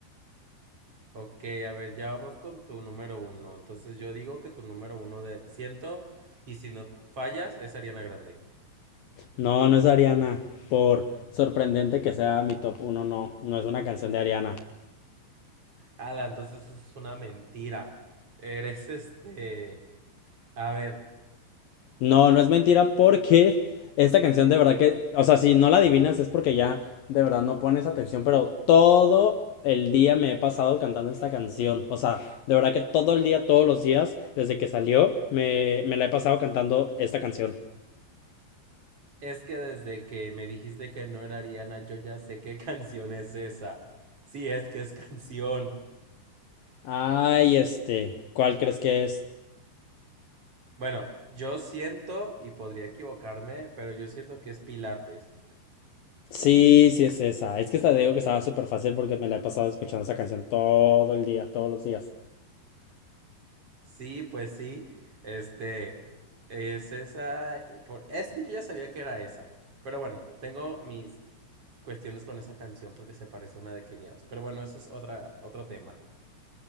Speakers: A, on the right; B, on the left.
A: Ok, a ver, ya vamos con tu número uno. Entonces yo digo que tu número uno de ciento y si no fallas es Ariana Grande.
B: No, no es de Ariana, por sorprendente que sea mi top uno, no, no es una canción de Ariana.
A: Ala, entonces eso es una mentira. Eres este... A ver,
B: No, no es mentira porque esta canción de verdad que, o sea, si no la adivinas es porque ya de verdad no pones atención, pero todo el día me he pasado cantando esta canción. O sea, de verdad que todo el día, todos los días, desde que salió, me, me la he pasado cantando esta canción.
A: es que desde que me dijiste que no era Ariana, yo ya sé qué <laughs> canción es esa. Sí, es que es canción.
B: Ay, este, ¿cuál crees que es?
A: Bueno, yo siento y podría equivocarme, pero yo siento que es Pilates.
B: Sí, sí es esa. Es que esta, te digo que estaba súper fácil porque me la he pasado escuchando esa canción todo el día, todos los días.
A: Sí, pues sí, este, es esa, y por- es que yo ya sabía que era esa, pero bueno, tengo mis cuestiones con esa canción porque se parece a una de Quiniaos, pero bueno, eso es otra, otro tema.